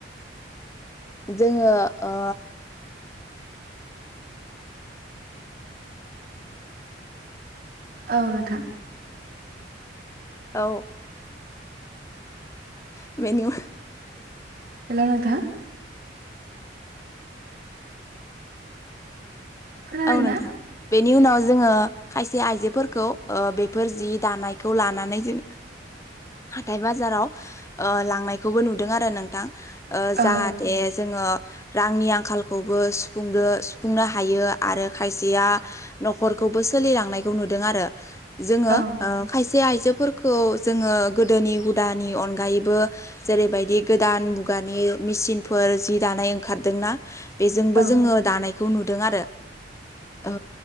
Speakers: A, on the left; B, on the right.
A: जोङो ओ
B: औ नोंथां
A: औ <inaudible>
B: हेल नोंथां खोनादोंना
A: औ नोंथां बेनि उनाव जोङो खायसे आइजोफोरखौ बेफोर जि दानायखौ लानानै जों हाथाय बाजाराव ओ लांनायखौबो नुदों आरो नोंथां ओ
B: औ
A: जाहाथे जोङो रांनि आंखालखौबो सुफुंदो सुफुंनो हायो। आरो खायसेया न'खरखौबो सोलिलांनायखौ नुदों आरो जोङो
B: औ
A: ओ खाय से आइजोफोरखौ जोङो गोदोनि हुदानि अनगायैबो जेरैबायदि गोदान मुगा नि मेसिनफोर जि दानाय ओंखारदोंना बेजोंबो
B: औ
A: जोङो दानायखौ नुदों आरो औ